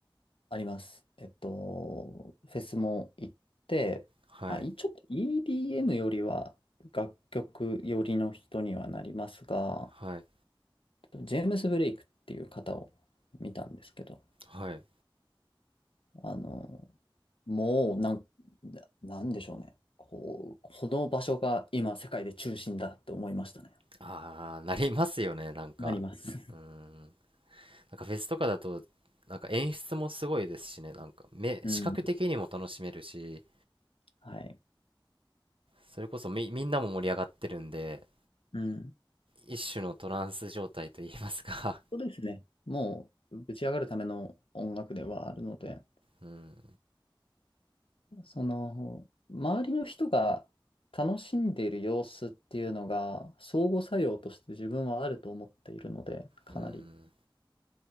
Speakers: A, on the left; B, on the right.
A: あります。えっと、フェスも行って、
B: はい
A: まあ、いちょっと EDM よりは楽曲寄りの人にはなりますが、
B: はい
A: ジェームス・ブレイクっていう方を見たんですけど、
B: はい
A: あの、もうなん、ななんでしょうね。こう、この場所が今世界で中心だって思いましたね。
B: ああ、なりますよね、なんか。
A: なります。
B: うーん。なんかフェスとかだと、なんか演出もすごいですしね、なんか目、
A: <laughs> うん。
B: 視覚的にも楽しめるし、
A: はい。
B: それこそみ、みんなも盛り上がってるんで、
A: うん。
B: 一種のトランス状態と言いますか
A: そうですね。もう、ぶち上がるための音楽ではあるので、
B: <laughs> うん。
A: その、周りの人が楽しんでいる様子っていうのが、相互作用として自分はあると思っているので、かなり。
B: うん。